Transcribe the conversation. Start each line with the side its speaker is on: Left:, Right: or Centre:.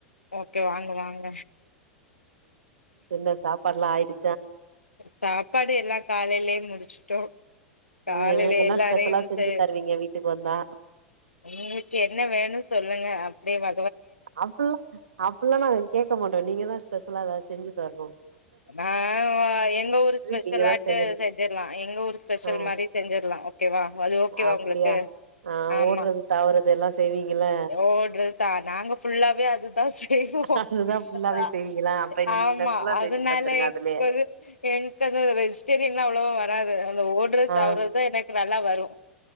Left: ஓகே வாங்க வாங்க
Right: என்ன சாப்பாடுலா ஆயிடு
Left: சாப்பாடு எல்லா காலைலயே முடிச்சுட்டோ காலையில
Right: உ எங்களுக்கு என்ன
Left: எல்லாரையு
Right: ஸ்பெஷலா செஞ்சு
Left: சே
Right: தருவீங்க வீட்டுக் வந்தா
Left: உங்களுக்கு என்ன வேணு சொல்லுங்க அப்டியே வ
Right: அப்புல்லா அப்புல்லா நாங்க கேக்க மாட்டோ நீங்க தா ஸ்பெஷலா எதாவ செஞ்சு தர்ணு
Left: ஆ மா எங்க ஊர் ஸ்பெஷலாட்டு
Right: நீங்க தா செய்யணு
Left: செஞ்சிரலா எங்க ஊர் ஸ்பெஷல்
Right: ஆ
Left: மாரி செஞ்சிரலா ஓகேவா அது ஓகேவா
Right: அப்டியா
Left: உங்களுக்கு
Right: ஆ
Left: ஆமா
Right: ஓடுறது தாவுறது எல்லா செய்வீங்கள
Left: ஓட்றாது தா நாங்க ஃபுல்லாவே அதுதா செய்வோ
Right: அதுதா ஃபுல்லாவே
Left: ஆ
Right: செய்வீங்களா அப்ப இன்னைக்கு
Left: ஆமா
Right: ஸ்பெஷலா
Left: அது
Right: செஞ்சு
Left: அதனால
Right: தந்துருங்க அதுலயே
Left: எங்கது எங்கது வெஜிடேரியன்லா அவ்ளவோ வராது ஓட்றது
Right: ஆ
Left: தாவ்ரது தா எனக் கு நல்லா வரு